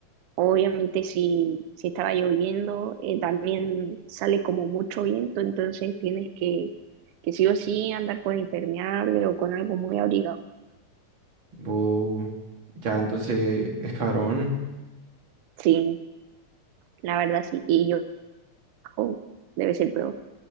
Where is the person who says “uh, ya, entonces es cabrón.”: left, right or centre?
Right